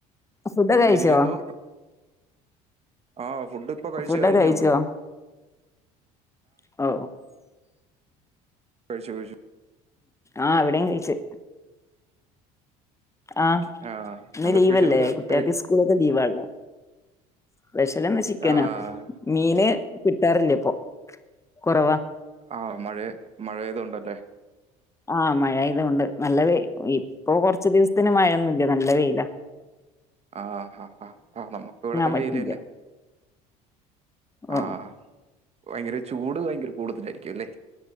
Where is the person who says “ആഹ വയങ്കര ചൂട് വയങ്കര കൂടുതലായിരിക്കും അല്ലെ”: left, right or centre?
Right